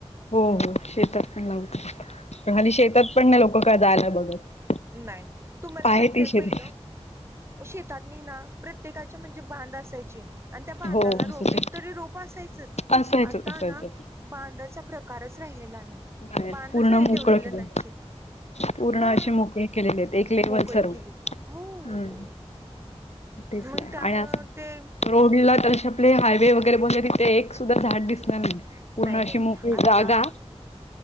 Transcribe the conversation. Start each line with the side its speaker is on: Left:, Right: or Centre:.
Left: हो हो शेतात पण लावत पण हली शेतात पण नाही लोक काय जायला बघत.
Right: नाही नाही तुम्हाला
Left: आहे
Right: माहितय
Left: ती शेती.
Right: पहिलं शेतातनी ना प्रत्येकाचे म्हणजे बांध असायचे. आणि त्या बांधाला
Left: हो
Right: रो
Left: असंच
Right: एक तरी रोप असायचच
Left: असायचंच
Right: आता
Left: असायचंच.
Right: ना बांधाचा प्रकारच राहिलेला नाही.
Left: नाही
Right: बांधच
Left: पूर्ण
Right: रा
Left: मोकळं
Right: ठेवलेले
Left: केलं
Right: नाहीचे
Left: पूर्ण
Right: हा
Left: असे मोकळे केलेले आहेत. एक लेवल
Right: मोकळी
Left: सर्व
Right: केलेली
Left: हम्म
Right: हो हो
Left: तेच
Right: मग
Left: ना.
Right: त्यामुळं
Left: आणि अस
Right: ते
Left: रोडला तसे आपले हायवे वगैरे बोलले तिथे एक सुद्धा झाड दिसणार नाही. पूर्ण
Right: नाही नाही
Left: अशी मोकळी
Right: आता
Left: जागा.